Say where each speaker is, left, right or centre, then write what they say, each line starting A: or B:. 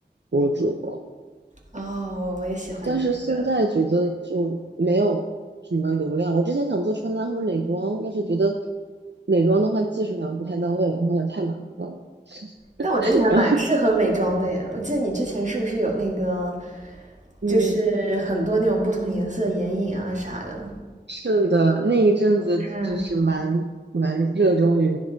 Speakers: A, on the right; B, on the right.
A: 博主，
B: 哦，我也喜欢这个
A: 但是现在觉得就没有什么流量。我之前想做穿搭或者美妆，但是觉得美妆的话技术上不太到位，然后也太麻烦了。
B: 但我觉得你还蛮适合美妆的耶。
A: <laughs> 然后，
B: 我记得你之前是不是有那个，
A: 嗯，
B: 就是很多那种不同颜色的眼影啊啥的？
A: <laughs> 是的，那一阵子就是蛮蛮热衷于
B: 看，